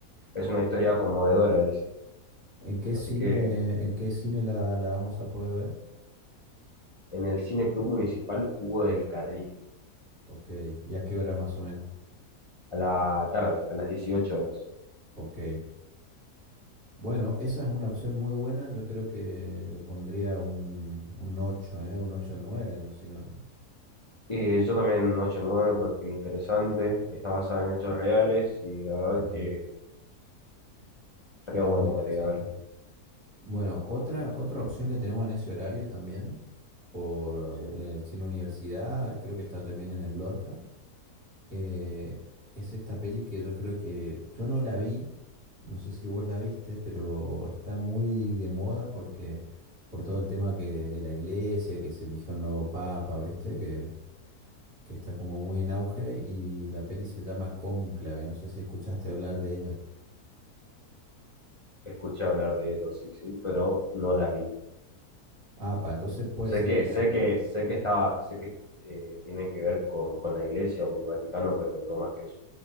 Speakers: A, on the left; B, on the right.
A: es una historia conmovedora, dice.
B: ¿En qué cine,
A: Así que
B: en qué cine la, la vamos a poder ver?
A: en el Cine Club Municipal Hugo del Carril,
B: Ok, ¿y a qué hora más o menos?
A: a la tarde, a las 18 horas.
B: Ok. Bueno, esa es una opción muy buena. Yo creo que le pondría un, un 8, ¿eh? Un ocho nueve. ¿no? Si no-
A: Y yo también ocho nueve porque interesante, está basada en hechos reales y la verdad
B: Ujú.
A: que estaría
B: Suena
A: bueno
B: muy interesante.
A: para ir a verlo.
B: Bueno, otra, otra opción que tenemos en ese horario también, por, eh,
A: Sí.
B: en el Cine Universidad, creo que está también en el Lorca, eh, es esta peli que yo creo que yo no la vi, no sé si vos la viste, pero está muy de moda porque por todo el tema que, de la iglesia, que se eligió un nuevo papa, ¿viste? Que que está como muy en auge y la peli se llama Cónclave, no sé si escuchaste hablar de ella.
A: Escuché hablar de ellos, sí, sí, pero no la vi.
B: Ah, pa, entonces puede
A: Sé
B: ser,
A: que,
B: mirá.
A: sé que, sé que está, sé que eh, tiene que ver con, con la iglesia, o con el Vaticano, pero no más que eso.